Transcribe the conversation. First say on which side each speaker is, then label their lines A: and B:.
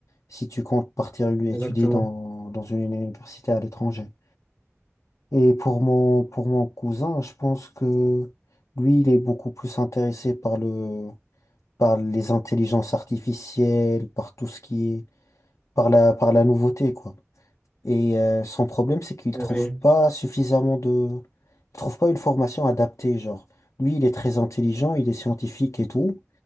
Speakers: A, on the left; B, on the left.
A: si tu comptes partir étudier
B: Exactement.
A: dans, dans une université à l'étranger. Et pour mon, pour mon cousin, je pense que lui, il est beaucoup plus intéressé par le, par les intelligences artificielles, par tout ce qui est, par la, par la nouveauté, quoi. Et euh, son problème, c'est qu'il
B: Oui,
A: trouve
B: oui.
A: pas suffisamment de, il trouve pas une formation adaptée, genre. Lui, il est très intelligent, il est scientifique et tout,